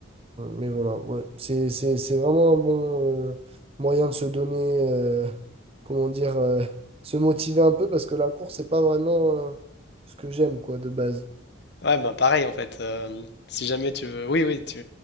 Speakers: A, on the right; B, on the left.
A: mais voilà, ouais. C'est, c'est, c'est vraiment un bon euh, moyen de se donner, euh, comment dire, euh, se motiver un peu parce que la course, c'est pas vraiment euh, ce que j'aime, quoi, de base.
B: Ouais, bah pareil en fait. euh, si jamais tu veux, oui, oui, tu,